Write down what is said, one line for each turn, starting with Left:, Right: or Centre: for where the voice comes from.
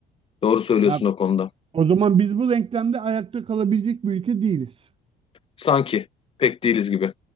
Left: Doğru söylüyorsun
Right: Ya
Left: o konuda.
Right: o zaman biz bu denklemde ayakta kalabilecek bir ülke değiliz.
Left: Sanki pek değiliz gibi.